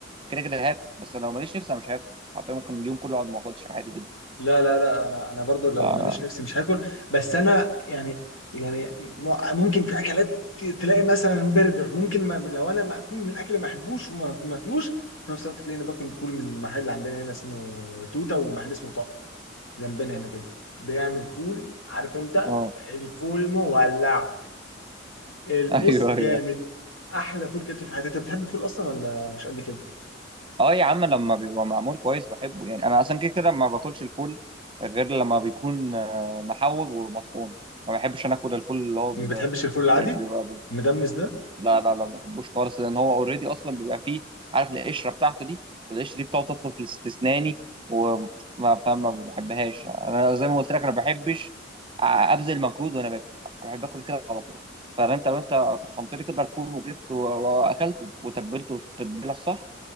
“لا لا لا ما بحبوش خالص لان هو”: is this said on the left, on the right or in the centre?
Right